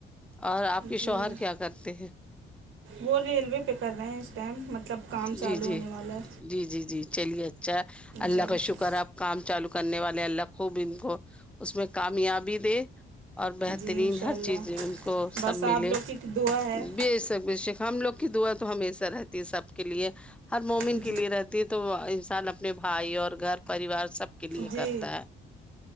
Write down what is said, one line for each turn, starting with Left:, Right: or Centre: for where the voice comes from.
Centre: اور آپ کے شوہر
Right: جی
Centre: کیا کرتے ہیں
Right: وہ ریلوے پہ کر رہے ہیں اس ٹائم مطلب کام
Centre: جی
Right: چالو
Centre: جی
Right: ہونے والا ہے
Centre: جی جی جی چلیے ا اچھا اللہ
Right: جی
Centre: کا شکر آپ کام چالو کرنے والے اللہ خوب ان کو اس میں کامیابی دے اور بہترین
Right: جی انشاء
Centre: ہر
Right: اللہ
Centre: چیز ان کو
Right: بس
Centre: سب
Right: آپ
Centre: ملے
Right: لوگ کی دعا ہے
Centre: بے شک بے شک ہم لوگ کی دعا تو ہمیشہ رہتی ہے سب کے لیے ہر مومن
Right: جی
Centre: کے لیے رہتی ہے تو انسان اپنے بھائی اور گھر پریوار سب کے لیے
Right: جی
Centre: کرتا ہے